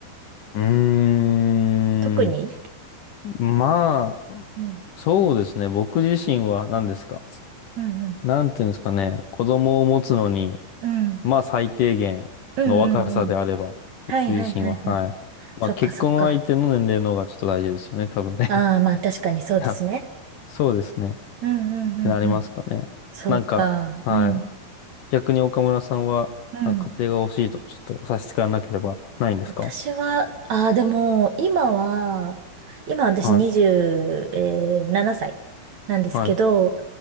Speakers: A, on the left; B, on the right.
A: うーん。
B: 特に
A: まあ、
B: うん。
A: そうですね。僕自身は何ですか。
B: うんうん。
A: なんていうんですかね。子供を持つのに、
B: うん。
A: まあ最低限の若さであれば、
B: うんうんうん。はいはいはいはい。
A: 僕自身は、はい。まあ結婚相手の年齢の方がちょっと大事ですよね、
B: そっかそっか。
A: 多分ね。
B: ああ、まあ確かにそうですね。
A: <laughs> いやそうですね。っ
B: うんうんうんうん。
A: てなりますかね。
B: そうか。
A: なんか、はい。
B: うん
A: 逆に岡村さんは、
B: うん
A: なんか家庭が欲しいとかちょっとお差し支えなければないんですか
B: 私は、ああ、でも、今は、今私27歳ななさいなんですけど、
A: はい。はい。